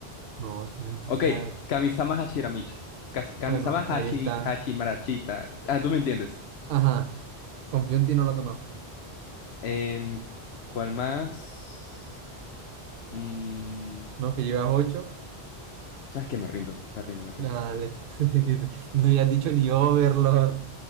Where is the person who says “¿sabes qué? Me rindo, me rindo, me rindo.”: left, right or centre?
Left